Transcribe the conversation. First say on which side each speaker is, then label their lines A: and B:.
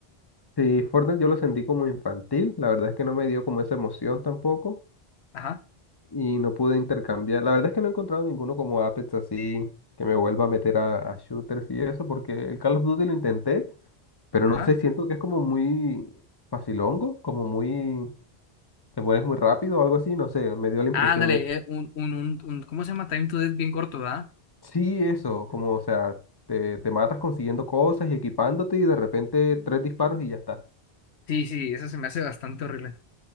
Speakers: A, on the left (about 25°); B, on the left (about 80°).
A: Sí, Fortnite yo lo sentí como infantil. La verdad es que no me dio como esa emoción tampoco.
B: Ajá,
A: y no pude intercambiar. La verdad es que no he encontrado ninguno como Apex así que me vuelva a meter a, a shooters y eso, porque el Call of Duty lo intenté, pero
B: ajá.
A: no sé, siento que es como muy facilongo, como muy, te pones muy rápido o algo así, no sé, me dio la impresión
B: Ándale,
A: eso.
B: eh, un, un, un, un- ¿cómo se llama? Time to Death bien corto, ¿verdad?
A: Sí, eso, como, o sea, te, te matas consiguiendo cosas y equipándote y de repente tres disparos y ya está.
B: Sí, sí, eso se me hace bastante horrible.